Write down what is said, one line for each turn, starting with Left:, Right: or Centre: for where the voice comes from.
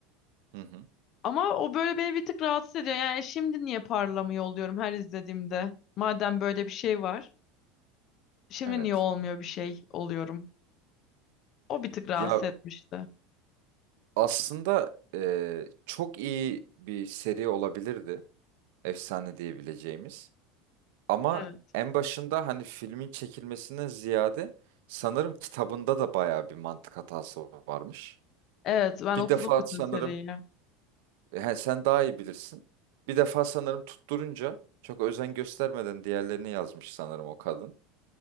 Right: Hı hı.
Left: Ama o böyle beni bir tık rahatsız ediyor. Yani şimdi niye parlamıyor oluyorum her izlediğimde? Madem böyle bir şey var. Şimdi
Right: Evet.
Left: niye olmuyor bir şey oluyorum? O bir tık rahatsız
Right: Ya
Left: etmişti.
Right: aslında e, çok iyi bir seri olabilirdi. Efsane diyebileceğimiz. Ama
Left: Evet.
Right: en başında hani filmin çekilmesinden ziyade sanırım kitabında da bayağı bir mantık hatası varmış.
Left: Evet ben
Right: Bir
Left: okudum
Right: defa
Left: bütün
Right: sanırım
Left: seriyi.
Right: e, he, sen daha iyi bilirsin. Bir defa sanırım tutturunca çok özen göstermeden diğerlerini yazmış sanırım o kadın.